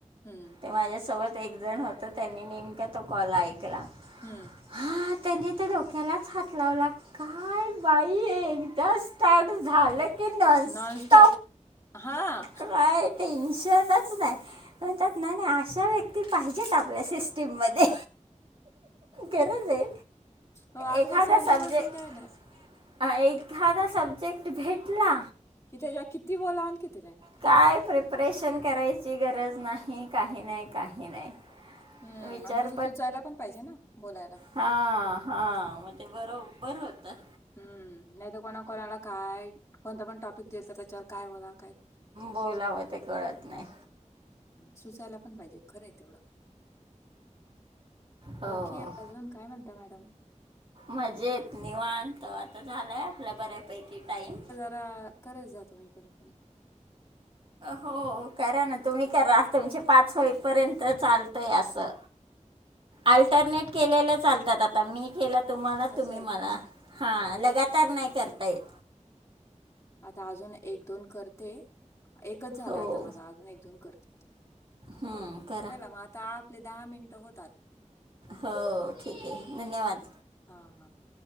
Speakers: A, on the left (about 25°); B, on the right (about 45°).
A: हम्म.
B: ते माझ्यासोबत एक जण होतं त्यांनी नेमक तो कॉल ऐकला.
A: हम्म.
B: हा त्यांनी त्या डोक्यालाच हात लावला काय बाई ही एकदस पाठ झालं की नस्त
A: नॉनस्टॉप हां.
B: राईट टेन्शनचं नाय म्हणतात ना अशा व्यक्ती पाहिजेत आपल्या सिस्टीममध्ये. गरजय,
A: हो, आज
B: एखादा
A: काय शांत
B: सब्जेक्ट
A: बसून काय नाही,
B: हा एखादा सब्जेक्ट भेटला.
A: कि त्याच्या किती बोलाव किती नाय?
B: काय प्रेपरेशन करायची गरज नाही काही नाही, काही नाही.
A: हम्म
B: विचार
A: आणि तसं सुचायला पण पाहिजे ना बोलायला.
B: हा, हा म ते बरोबर होत.
A: हम्म नाही तर कोणा कोणाला काय कोणता पण टॉपिक दिले तर त्यांच्यावर काय बोलाव?
B: बोलावं ते कळत नाय.
A: सुचायला. ते पण पाहिजे खरं आहे तेवढं,
B: हो
A: बाकी अजून काय म्हणता मॅडम?
B: मजेत निवांत आता झालाय आपला बऱ्यापैकी टाईम.
A: अ करायच तुम्ही पण.
B: हो करा ना तुम्ही करा तुमचे पाच होईपर्यंत चालतंय असं. अल्टरनेट
A: हा
B: केलेले चालतात, आता मी केला तुम्हाला तुम्ही
A: असं आहे
B: मला
A: का
B: हा, लगातार
A: बरं
B: नाही करता
A: बरं
B: येत.
A: आता अजून एक दोन करते. एकच झाला
B: हो
A: आता माझा अजून एकदोन करते,
B: हं, करा
A: चला म आ आपले दहा मिनट हो
B: हो ठीक आहे धन्यवाद.
A: हां हां